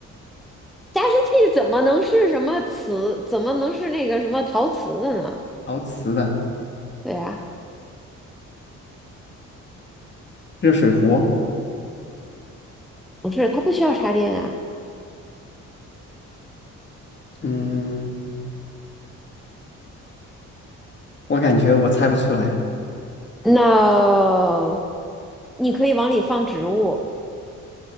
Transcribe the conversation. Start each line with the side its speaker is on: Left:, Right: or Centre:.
Centre: 加湿器怎么能是什么瓷？怎么能是那个什么陶瓷的呢？
Left: 陶瓷的
Centre: 对啊，
Left: 热水壶？
Centre: 不是，它不需要插电呀。
Left: 嗯，我感觉我猜不出来。
Centre: No，你可以往里放植物，